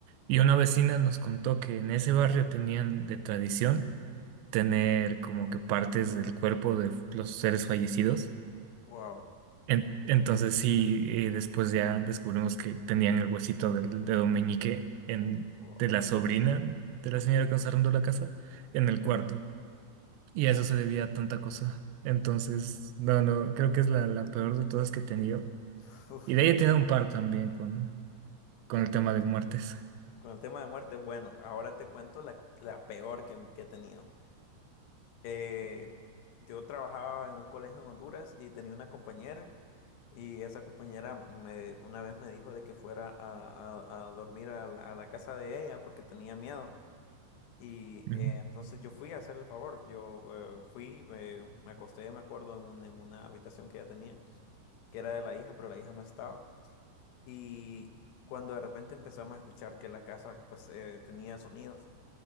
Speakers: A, on the right; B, on the left.
A: Y una vecina nos contó que en ese barrio tenían de tradición tener como que partes del cuerpo de los seres fallecidos.
B: wow.
A: En- entonces sí, eh, después ya descubrimos que tenían el huesito del dedo meñique en,
B: Wow.
A: de la sobrina de la señora que nos arrendó la casa en el cuarto. Y a eso se debía a tanta cosa. Entonces, no, no, creo que es la, la peor de todas que he tenido.
B: <laughs>
A: Y de ahí he tenido un par también con, con el tema de muertes.
B: Con el tema de muerte, bueno, ahora te cuento la, la peor que, que he tenido. Eh, yo trabajaba en un colegio en Honduras y tenía una compañera y esa compañera me, una vez me dijo de que fuera a, a- a dormir a, la a la casa de ella porque tenía miedo. Y
A: Ujú.
B: eh, entonces yo fui a hacerle el favor, yo eh, fui, eh, me acosté, me acuerdo, en, un- en una habitación que ella tenía, que era de la hija, pero la hija no estaba. Y cuando de repente empezamos a escuchar que la casa pues eh, tenía sonidos